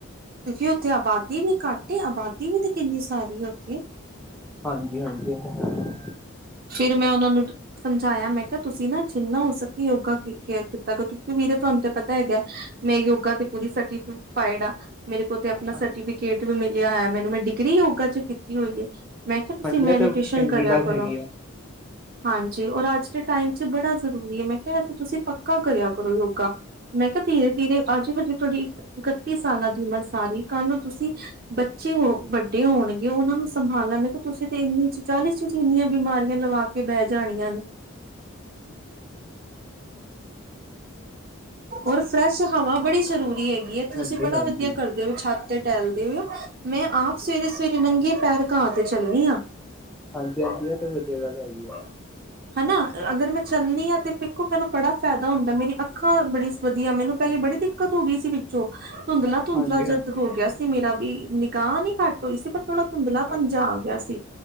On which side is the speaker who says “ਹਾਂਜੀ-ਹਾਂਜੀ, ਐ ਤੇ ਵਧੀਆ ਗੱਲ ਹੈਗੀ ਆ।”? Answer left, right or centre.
Centre